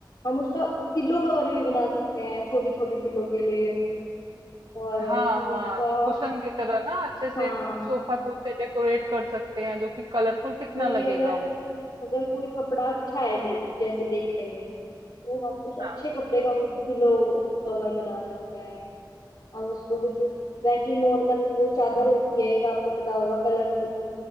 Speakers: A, on the left; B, on the right.
A: हम उसका पिल्लो कवर भी बना सकते हैं छोटे छोटे पिल्लो के लिए और
B: हाँ
A: हम
B: हाँ
A: उसका
B: जो कुशन की तरह ना अच्छे से
A: हाँ
B: सोफा को उससे डेकोरेट कर सकते हैं जो कि कलरफुल कितना
A: कोई
B: लगेगा
A: अगर अगर कोई कपड़ा अच्छा है जै, जैसे देखने में तो हम उस
B: हाँ
A: अच्छे कपड़े का कुछ पिल्लो कवर बना सकते हैं हम उसको कुछ वैसी नॉर्मल वो चादर होती है एक आपको पता होगा कलरफुल